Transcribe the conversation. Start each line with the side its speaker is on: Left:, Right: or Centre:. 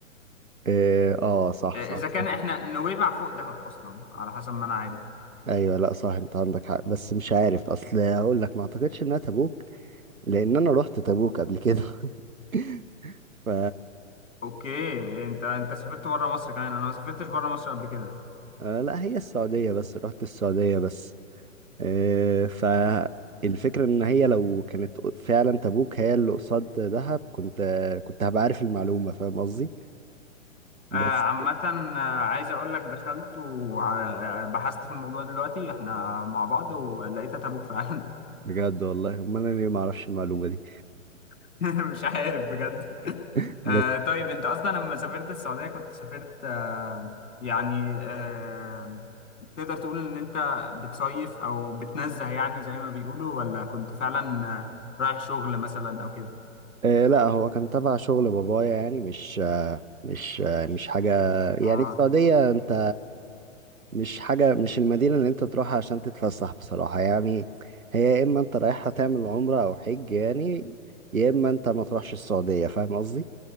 Right: اه آه، صح
Left: اذا
Right: صح صح
Left: كان احنا نويبع فوق دهب اصلا على حسب ما انا عارف
Right: ايوه لا صح انت عندك حق بس مش عارف اصل هقول لك ما اعتقدش انها تبوك لان انا رحت تبوك قبل كده <laughs> ف
Left: اوكي انت انت سافرت بره مصر كمان انا ما سافرتش بره مصر قبل كده
Right: آه لا هي السعودية بس رحت السعودية بس آه فالفكرة ان هي لو كانت فعلا تبوك هي اللي قصاد دهب كنت كنت هبقى عارف المعلومة فاهم قصدي بس
Left: آه عامة آه، عايز اقول لك دخلت وبحثت في الموضوع دلوقتي احنا مع بعض ولقيتها تبوك فعلا
Right: بجد والله امال انا ليه ما اعرفش المعلومة دي
Left: <laughs> مش عارف بجد
Right: <laughs> بس
Left: آه طيب انت اصلا لما سافرت السعودية كنت سافرت آه يعني آه تقدر تقول ان انت بتصيف او بتنزه يعني زي ما بيقولوا ولا كنت فعلا آه، رايح شغل مثلا او كده
Right: آه لا هو كان تبع شغل بابايا يعني مش آه مش آه مش حاجة يعني
Left: اه
Right: السعودية انت مش حاجة مش المدينة اللي انت تروحها عشان تتفسح بصراحة يعني هي يا اما انت رايحها تعمل عمرة او حج يعني يا اما انت ما تروحش السعودية فاهم قصدي